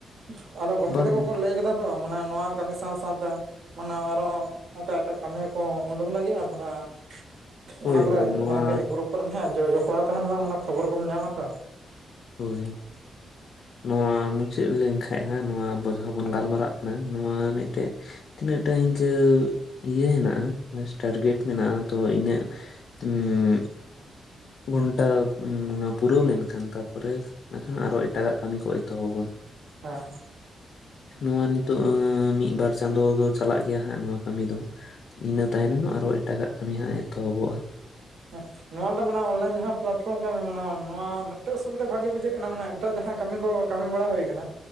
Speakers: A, on the right; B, on the left.
A: <unintelligible> ᱟᱫᱚ ᱜᱚᱢᱠᱮ
B: ᱵᱟᱝ
A: ᱛᱟᱠᱚ ᱠᱚ ᱞᱟᱹᱭ ᱠᱮᱫᱟ ᱛᱚ ᱢᱟᱱᱮ ᱱᱚᱶᱟ ᱠᱟᱹᱢᱤ ᱥᱟᱶ ᱥᱟᱶᱛᱮ ᱢᱟᱱᱮ ᱟᱨ ᱦᱚᱸ ᱚᱱᱠᱟ ᱮᱴᱟᱜ ᱠᱟᱹᱢᱤ ᱠᱚ ᱩᱰᱩᱠ ᱞᱟᱹᱜᱤᱫᱼᱟ ᱫᱚᱲᱦᱟ <unintelligible>
B: ᱦᱳᱭ
A: ᱚᱱᱟ ᱠᱚᱨᱮ
B: ᱦᱳᱭ ᱱᱚᱣᱟ
A: ᱢᱟᱱᱮ ᱠᱤ ᱜᱨᱩᱯ ᱠᱚᱨᱮᱱ ᱡᱚᱯᱲᱟᱣ ᱛᱟᱦᱮᱸᱱ ᱢᱟᱱᱮ ᱠᱷᱚᱵᱚᱨ ᱠᱚᱢ ᱧᱟᱢᱟ ᱛᱚ
B: ᱦᱳᱭ ᱱᱚᱣᱟ ᱢᱩᱪᱟᱹᱫ ᱞᱮᱱᱠᱷᱟᱜ ᱦᱟᱸᱜ ᱱᱚᱣᱟ ᱟᱵᱚ ᱡᱟᱦᱟᱸ ᱵᱚᱱ ᱜᱟᱞᱢᱟᱨᱟᱜ ᱠᱟᱱᱟ ᱱᱚᱶᱟ ᱢᱤᱫ ᱴᱮᱡ ᱛᱤᱱᱟᱹᱜ ᱴᱟ ᱤᱱᱠᱟᱹ ᱤᱭᱟᱹ ᱦᱮᱱᱟᱜᱼᱟ ᱴᱟᱨᱜᱮᱴ ᱢᱮᱱᱟᱜᱼᱟ ᱛᱚ ᱤᱧᱟᱹᱜ <inaudible> ᱜᱷᱚᱱᱴᱟ ᱯᱩᱨᱟᱹᱣ ᱞᱮᱱᱠᱷᱟᱱ ᱛᱟᱯᱚᱨᱮ ᱢᱮᱱᱠᱷᱟᱱ ᱟᱨᱚ ᱮᱴᱟᱜᱟᱜ ᱠᱟᱹᱢᱤ ᱠᱚ ᱮᱛᱚᱦᱚᱵᱼᱟᱵᱚᱱ
A: ᱦᱮᱸ
B: ᱱᱚᱶᱟ ᱱᱤᱛᱚᱜ ᱢᱤᱫ ᱵᱟᱨ ᱪᱟᱸᱫᱚ ᱫᱚ ᱪᱟᱞᱟᱜ ᱜᱮᱭᱟ ᱦᱟᱸᱜ ᱱᱚᱶᱟ ᱠᱟᱹᱢᱤ ᱫᱚ ᱤᱱᱟᱹ ᱛᱟᱭᱱᱚᱢ ᱟᱨᱚ ᱮᱴᱟᱜᱟᱜ ᱠᱟᱹᱢᱤ ᱦᱟᱸᱜ ᱮᱛᱚᱦᱚᱵᱚᱜᱼᱟ
A: ᱦᱮᱸ ᱱᱚᱣᱟ ᱢᱤᱫ ᱴᱟᱝ ᱢᱟᱱᱮ ᱚᱱᱞᱟᱭᱤᱱ ᱡᱟᱦᱟᱸ ᱯᱞᱟᱴᱯᱷᱚᱨᱚᱢ ᱠᱟᱹᱢᱤ ᱢᱮᱱᱟᱜ ᱱᱚᱣᱟ ᱢᱤᱫ ᱴᱮᱡ ᱵᱷᱟᱹᱜᱤ ᱵᱩᱡᱷᱟᱹᱜ ᱠᱟᱱᱟ ᱢᱟᱱᱮ ᱮᱴᱟᱜ ᱡᱟᱦᱟᱸ ᱠᱟᱹᱢᱤ ᱠᱚ ᱠᱟᱹᱢᱤ ᱵᱟᱲᱟ ᱦᱩᱭ ᱟᱠᱟᱱᱟ